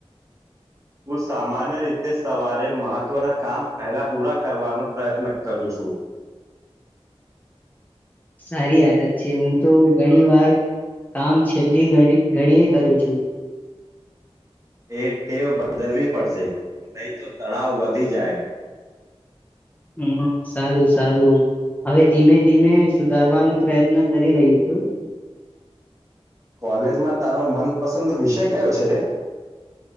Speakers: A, on the right; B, on the left.
A: હું સામાન્ય રીતે સવારે મહત્વના કામ પહેલા પૂરા કરવાનો પ્રયત્ન કરું છું.
B: સારી આદત છે હું તો ઘણી વાર કામ છેલ્લી ઘણી ઘણીએ કરું છું.
A: એ ટેવ બદલવી પડશે નહીં તો તણાવ વધી જાય.
B: હમ્મ સારું સારું હવે ધીમે ધીમે સુધારવાનું પ્રયત્ન કરી રહ્યું છું.
A: કોલેજમાં તારો મનપસંદ વિષય કયો છે રે